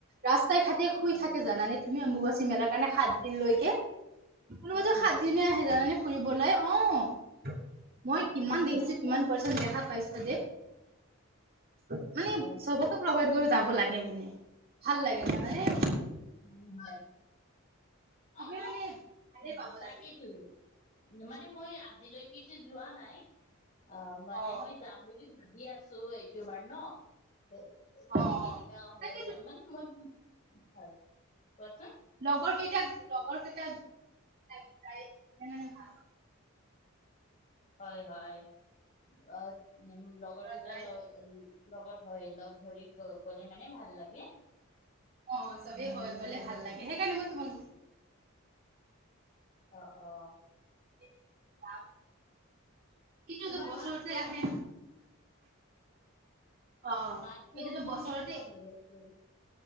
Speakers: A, on the right; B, on the left.
A: ৰাস্তাই ঘাট টে শুই
B: হয়
A: থাকে
B: হয়
A: জানানে তুমি অম্বুবাচী মেলাৰ কাৰণে সাত দিন লৈকে। কোনোবাতো
B: হয় নেকি?
A: সাত দিনে আহে জানানে ফুৰিবলৈ। অ'। মই
B: অ
A: কিমান
B: অ
A: দেখিছোঁ,
B: মানে
A: কিমান
B: মোৰ
A: পাৰ্চেন্ট দেখা পাইছোঁ তাতে। মানে
B: হয়।
A: চবক ত' প্ৰভাইড কৰি যাব লাগে মানে, ভাল লাগে মানে এই
B: <unintelligible>
A: চবে মানে ভালে পাব
B: তাকেতো।
A: লাগে
B: মানে মই আজিলৈকে যোৱা নাই আ, মানে
A: অ
B: মই যাম। বুলি ভাবি আছোঁ এইটো বাৰ ন' ত'
A: অ
B: মানে
A: অ
B: কেনেকা হয়
A: তাকেতো
B: আৰু মানে মই কি, হয় কোৱাচোন।
A: লগৰ কেইটা, লগৰ কেইটা <unintelligible> মানে ভাল।
B: হয় হয়, আ, লগৰকেইটা
A: কৰা যায়
B: লৈ লগত হয়, লগ ধৰি গ গ'লে মানে ভাল লাগে।
A: অ' চবেই হৈ গ'লে ভাল লাগে, সেইকাৰণে মই তোমাক
B: অ', অ'।
A: <unintelligible> এইটোতো
B: তোমাৰ
A: বছৰতে
B: মাতটো অলপমান
A: আহে অ অ
B: মাতটো
A: এইটোতো
B: অলপমান
A: বছৰতে
B: কেনেকা হৈ আছে।